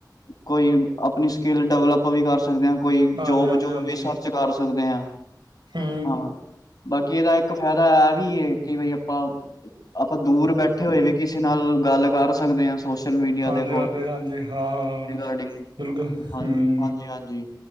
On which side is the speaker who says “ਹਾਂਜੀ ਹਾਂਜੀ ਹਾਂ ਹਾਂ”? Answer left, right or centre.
Right